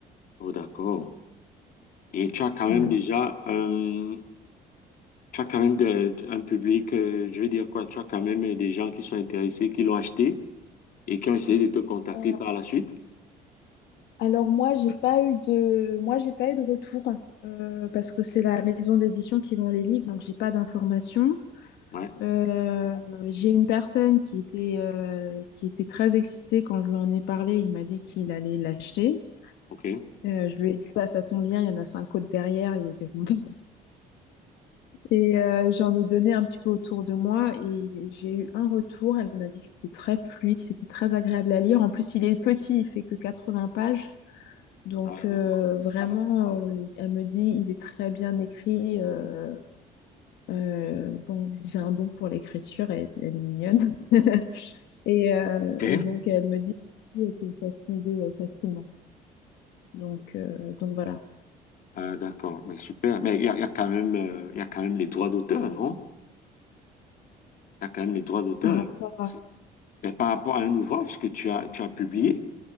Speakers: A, on the left (about 60°); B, on the left (about 80°).
A: Oh, d'accord. Et tu as quand même
B: Voilà.
A: déjà, euh, tu as quand même de- de- un public, euh, je vais dire quoi, tu as quand même des gens qui sont intéressés, qui l'ont acheté et qui ont essayé de te contacter
B: Euh,
A: par la suite.
B: Alors moi, j'ai pas eu de, moi, j'ai pas eu de retour euh, parce que c'est la maison d'édition qui vend les livres, donc j'ai pas d'informations.
A: Ouais.
B: Euh, j'ai une personne qui était, euh, qui était très excitée quand je lui en ai parlé. Il m'a dit qu'il allait l'acheter.
A: Ok.
B: Euh, je lui ai dit, bah, ça tombe bien, il y en a cinq autres derrière. Il était content. <laughs> Et euh, j'en ai donné un petit peu autour de moi et j'ai eu un retour. Elle m'a dit que c'était très fluide, c'était très agréable à lire. En plus, il est petit, il fait que 80 pages. Donc
A: Ah,
B: euh,
A: d'accord.
B: vraiment, euh, elle me dit, il est très bien écrit. euh, euh, bon, j'ai un don pour l'écriture, elle, elle est mignonne. <laughs> Et, euh,
A: Ok.
B: et donc, elle me dit que ça se lisait euh, facilement. Donc, euh, donc voilà.
A: Ah, d'accord. Mais super. Mais il y a, il y a quand même, euh, il y a quand même les droits d'auteur, non? Il y a quand même les droits d'auteur.
B: Par rapport à...
A: C'est- Mais par rapport à un ouvrage que tu as, tu as publié,